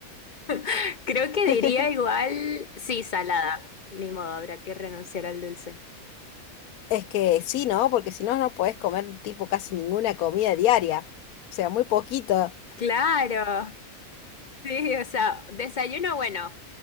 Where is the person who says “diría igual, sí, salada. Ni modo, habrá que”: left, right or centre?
Left